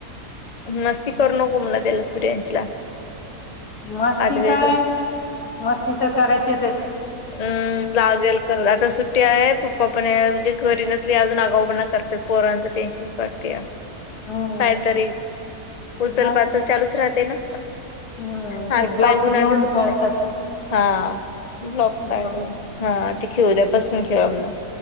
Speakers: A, on the left; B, on the left.
A: मस्ती करू नको म्हणल त्याला सूर्याशला
B: मस्ती
A: <unintelligible>
B: काय मस्ती तर करायची
A: हम्म लागेल कर आता सुट ट्ट्या आहे पप्पा पण आहे म्हणजे घरी नसली अजून आगाऊ पना करते पोरांचं टेन्शन पडतया.
B: हम्म.
A: कायतरी उचल
B: ना
A: पाचल चालूच राहते न.
B: हम्म
A: हात
B: ते ब्लॉक
A: पाय गुण
B: घेऊन
A: आणलं बसू
B: खेळतात
A: दे. हा ब्लॉक्स
B: ब्लॉक.
A: काढले हा
B: हम्म.
A: ते खेऊ द्या बस खेळा म्हणा